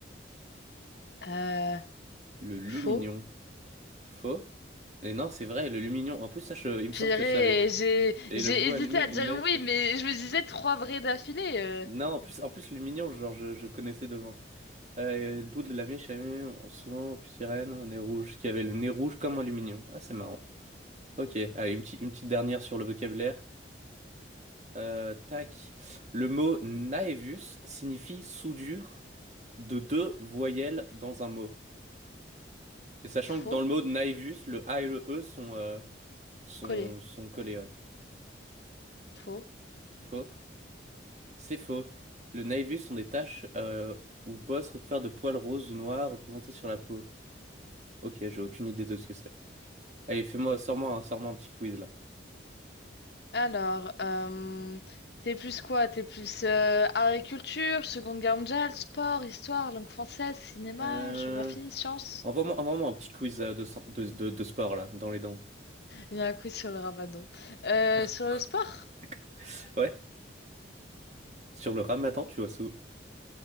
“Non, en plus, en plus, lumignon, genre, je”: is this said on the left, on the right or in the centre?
Right